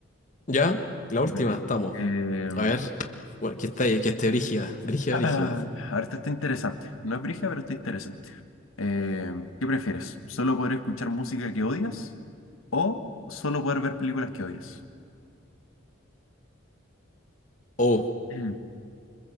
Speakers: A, on the left (about 35°); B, on the left (about 80°).
A: Ya, la última,
B: Dale.
A: estamos.
B: Eh,
A: A ver. Bueno, que esté, que esté brígida, brígida,
B: Ah,
A: brígida.
B: ahorita está interesante. No es brígida, pero está interesante. Eh, ¿qué prefieres? ¿Solo poder escuchar música que odias o solo poder ver películas que odias?
A: Oh,
B: Mm,